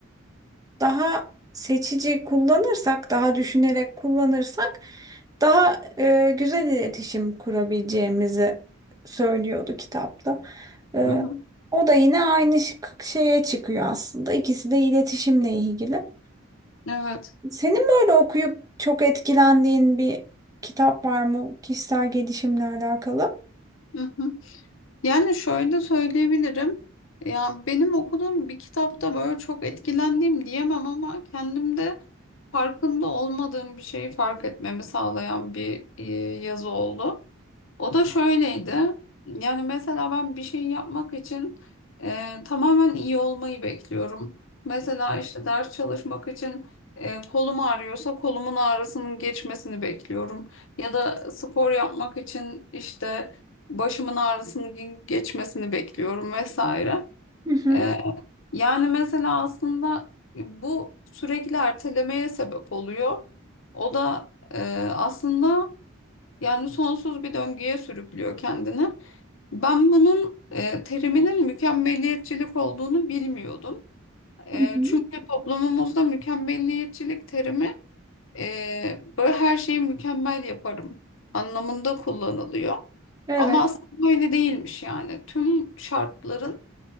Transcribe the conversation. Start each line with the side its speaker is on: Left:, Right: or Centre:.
Right: daha seçici kullanırsak, daha düşünerek kullanırsak daha e, güzel iletişim kurabileceğimizi söylüyordu kitapta. E,
Left: hı hı.
Right: o da yine aynı şık- şeye çıkıyor aslında. İkisi de iletişimle ilgili.
Left: Evet.
Right: Senin böyle okuyup çok etkilendiğin bir kitap var mı kişisel gelişimle alakalı?
Left: Hı hı. Yani şöyle söyleyebilirim. Ya benim okuduğum bir kitapta böyle çok etkilendiğim diyemem ama kendimde farkında olmadığım bir şeyi fark etmemi sağlayan bir e, yazı oldu. O da şöyleydi. Yani mesela ben bir şey yapmak için e, tamamen iyi olmayı bekliyorum. Mesela işte ders çalışmak için e, kolum ağrıyorsa kolumun ağrısının geçmesini bekliyorum. Ya da spor yapmak için işte başımın ağrısının geçmesini bekliyorum vesaire.
Right: Hı hı,
Left: E, yani mesela aslında bu sürekli ertelemeye sebep oluyor. O da e, aslında yani sonsuz bir döngüye sürüklüyor kendini. Ben bunun e, teriminin mükemmeliyetçilik olduğunu bilmiyordum. E,
Right: hı hı.
Left: çünkü toplumumuzda mükemmeliyetçilik terimi e, böyle her şeyi mükemmel yaparım anlamında kullanılıyor.
Right: Evet,
Left: Ama aslında öyle değilmiş yani. Tüm şartların